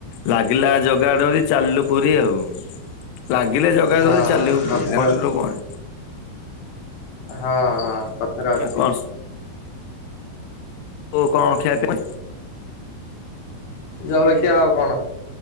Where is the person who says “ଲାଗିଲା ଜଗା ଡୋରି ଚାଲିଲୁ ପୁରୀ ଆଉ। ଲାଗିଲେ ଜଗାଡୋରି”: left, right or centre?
Left